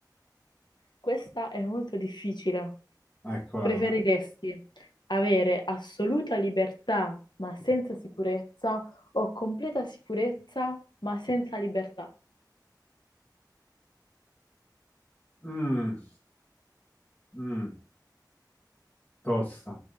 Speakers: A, on the left; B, on the left.
A: Questa è molto difficile.
B: Eccola
A: Preferiresti
B: là.
A: avere assoluta libertà ma senza sicurezza o completa sicurezza ma senza libertà?
B: Mm, mm, tosta,